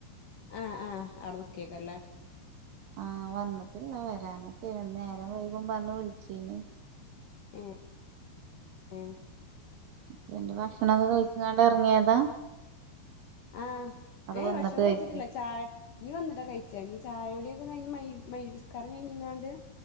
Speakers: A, on the left; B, on the right.
A: ആഹ് ആഹ് അവിടെ നിക്കിയക്കല്ലേ
B: ആഹ് വന്ന്ട്ട്ല്ല വരാനൊക്കേയിണ് നേരം വൈകും പറ്ഞ്ഞ് വിള്ച്ചീനി
A: ഏഹ് ഏഹ്
B: ഹസ്ബൻഡ് ഭക്ഷണൊക്കെ കഴിച്ച്ങ്ങാണ്ട് എറ്ങ്ങിയതാ
A: ആഹ് ഏഹ്
B: വന്നിട്ട്
A: ഭക്ഷണം കഴിച്ച്ട്ടില്ല
B: കഴിക്ക
A: ചായ ഇഞ്ഞ് വന്ന്ട്ടാ കഴിച്ചാ ഇഞ്ഞ് ചായുടിയൊക്കെ കഴിഞ്ഞ് മയ് മയ്രിബ്സ്കാരം കഴിഞ്ഞ്ങ്ങാണ്ട്